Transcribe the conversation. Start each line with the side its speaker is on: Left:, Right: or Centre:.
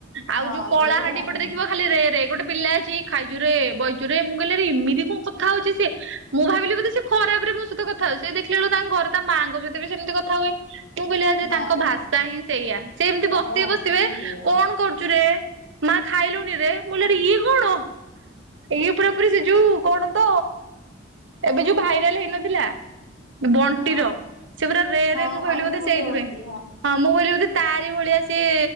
Right: ଆଉ
Left: ହଁ
Right: ଯୋଉ କଳାହାଣ୍ଡି
Left: ସେଇଗୁଡା ନାହିଁ
Right: ପଟେ ଦେଖିବ ଖାଲି ରେରେ ଗୋଟେ ପିଲା ଅଛି ଖାଇଚୁରେ ବଇଚୁରେ ମୁଁ କହିଲି ଆରେ ଏମିତି କଁ କଥା ହଉଚି ସିଏ? ମୁଁ ଭାବିଲି ବୋଧ ସେ ଖରାପରେ ମୋ ସହିତ କଥା ହଉ ସେ ଦେଖିଲା ଅଳୁ ତାଙ୍କ ଘର ତା ମାଆଙ୍କ ସହିତ ବି ସେମତି କଥା ହୁଏ। ମୁଁ କହିଲି ଆଉ ଯେ
Left: ନା
Right: ତାଙ୍କ
Left: ନା
Right: ଭାଷା ହିଁ ସେଇଆ। ସେ ଏମିତି
Left: ତାଙ୍କ
Right: ବସିଥିବେ
Left: ଭାଷା
Right: ବସିଥିବେ
Left: ହିଁ ସେଇଆ
Right: କଣ କରୁଚୁରେ ମା ଖାଇଲୁଣିିରେ ମୁଁ ଲି ଆରେ ଇଏ କଣ? ଇଏ ପୁରା ପୁରି ସେ ଯୋଉ କଣ ତ ଏବେ ଯୋଉ ଭାଇରାଲ୍ ହେ ନଥିଲା? ବଣ୍ଟିର
Left: ଅ
Right: ସେ ପୁରା ରେରେ
Left: ହଁ
Right: ମୁଁ ଭାବିଲି
Left: ଅନୁଗୁଳିଆ
Right: ବୋଧେ ସେଇଥିପାଇଁ
Left: ବଣ୍ଟି
Right: ହଁ ମୁଁ ଭାଇଲି ବୋଧେ ତାରି ଭଳିଆ ସିଏ